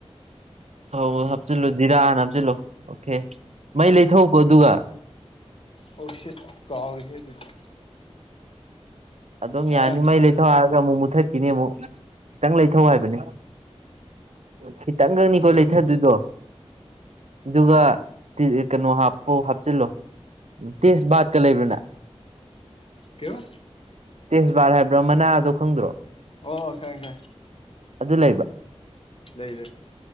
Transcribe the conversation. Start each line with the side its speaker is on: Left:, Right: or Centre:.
Right: ꯊꯧ ꯍꯥꯞꯆꯤꯜꯂꯨ ꯖꯤꯔꯥ ꯍꯥꯟꯅ ꯍꯥꯞꯆꯤꯜꯂꯨ <unintelligible> ꯃꯩ ꯂꯩꯊꯧꯀꯣ ꯑꯗꯨꯒ
Left: ꯑꯣ ꯁꯤꯠ ꯀꯥꯎꯔꯤꯍꯤ ꯑꯗꯨꯗꯤ
Right: ꯑꯗꯨꯝ
Left: ꯑ
Right: ꯌꯥꯅꯤ
Left: ꯑꯣꯀꯦ
Right: ꯃꯩ ꯂꯩꯊꯧ ꯍꯥꯏꯔꯒ ꯑꯃꯨꯛ ꯃꯨꯊꯠꯈꯤꯅꯤ ꯑꯃꯨꯛ ꯈꯤꯇꯪ ꯂꯩꯊꯧ ꯍꯥꯏꯕꯅꯦ ꯈꯤꯇꯪꯒꯅꯤꯀꯣ ꯂꯩꯊꯗꯨꯏꯗꯣ
Left: ꯑꯣꯀꯦ
Right: ꯑꯗꯨꯒ ꯀꯩꯅꯣ ꯍꯥꯞꯄꯧ ꯍꯥꯞꯆꯤꯜꯂꯣ ꯇꯦꯁ ꯕꯥꯠꯀ ꯂꯩꯕ꯭ꯔꯥꯅ
Left: ꯀꯩꯕꯥ
Right: ꯇꯦꯁꯕꯥꯠ ꯍꯥꯏꯕ꯭ꯔꯥ ꯃꯅꯥꯗꯣ ꯈꯪꯗ꯭ꯔꯣ
Left: ꯑꯣ ꯈꯪꯉꯦ ꯈꯪꯉꯦ
Right: ꯑꯗꯨ ꯂꯩꯕ꯭ꯔꯥ
Left: ꯂꯩ ꯂꯩ